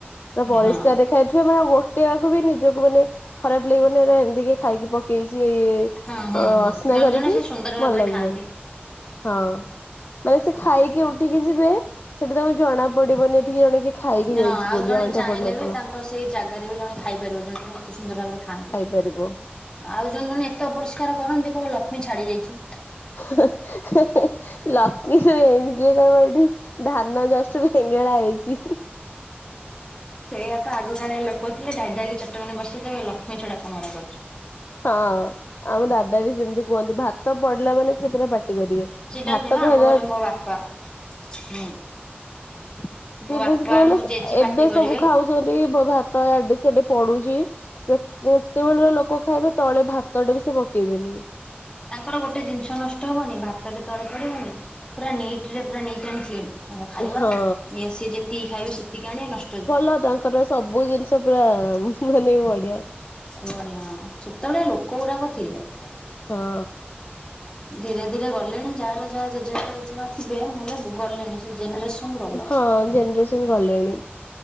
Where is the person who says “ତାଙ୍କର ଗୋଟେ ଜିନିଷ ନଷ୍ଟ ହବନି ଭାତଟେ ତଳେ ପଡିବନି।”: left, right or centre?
Left